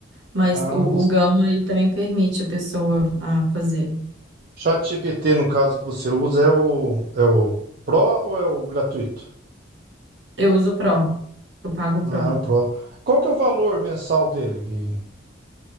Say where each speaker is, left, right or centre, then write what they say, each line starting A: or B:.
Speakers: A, on the right; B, on the right.
A: Mas
B: Ah,
A: o, o Gama, ele também permite a pessoa a fazer.
B: ChatGPT, no caso que você usa, é o, é o Pro ou é o gratuito?
A: Eu uso o Pro. Eu pago o Pro.
B: Ah, é o Pro. Qual que é o valor mensal dele que-